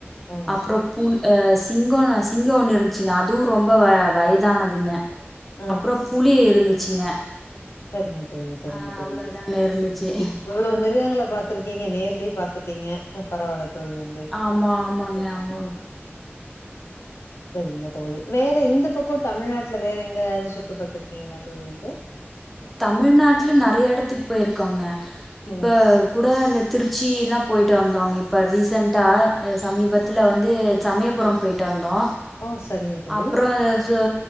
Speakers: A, on the left; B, in the centre.
A: ஆ
B: அப்றோ பு அ சிங்கோ சிங்கோ ஒன்னு இருந்துச்சுங்க அதுவு ரொம்ப வ வயதானதுங்க
A: ஆ
B: அப்றோ
A: ஆ.
B: புலி இருந்துச்சுங்க
A: சரிங்க தோழி சரிங்க
B: ஆ
A: தோழி
B: அவ்ளோதாங்க இருந்துச்சு
A: இப்ப இவ்ளோ
B: அப்றோ
A: மிருகங்கள பாத்து பாத்ருக்கீங்க நேர்லியே பாத்துட்டீங்க பரவால்ல தோழி வந்து
B: ஆமா ஆமாங்க
A: ம்
B: ஆமா
A: ம். சரிங்க தோழி வேற எந்த பக்கோ தமிழ்நாட்டுல வேற எங்காவது சுற்று பாத்துருக்கீங்ளா தோழி வந்து
B: தமிழ்நாட்ல நெறைய எடத்துக்கு பொயிருக்கோங்க இப்ப
A: ம்
B: இப்ப கூட இந்த திருச்சிலா பொயிட்டு வந்தோங்க இப்போ ரீசெண்ட்டா சமீபத்ல்ல
A: ம்.
B: வந்து சமயபுரோ பொய்ட்டு வந்தோ
A: ஓ சரிங்க தோழி
B: அப்றோ அ அ